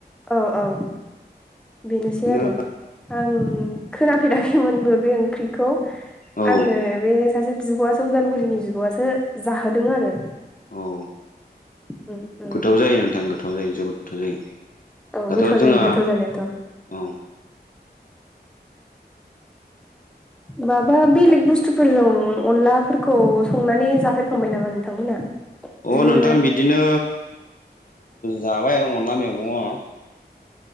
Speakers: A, in the centre; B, on the left (about 50°).
A: औ औ बेनोसै
B: बिदिनो
A: आरो आं खोनाफेराखैमोनबो बे ओंख्रिखौ।
B: औ
A: आंनो बे सासे बिब'आसो उदालगुरिनि बिब'आसो जाहोदों आरो।
B: औ
A: उम उम
B: गोथाव जायो नोंथां गोथाव जायो जोबोद गोथाव जायो
A: औ
B: दाथ
A: गोथाव
B: जोंहा
A: जायो गोथाव
B: औ
A: जानायाथ' माबा बेलेग बुस्थुफोरजों अनलाफोरखौ संनानै जाफेरखांबाय नामा नोंथांमोना बिदिनो
B: अ नोंथां बिदिनो जाबाय अनला मैगङ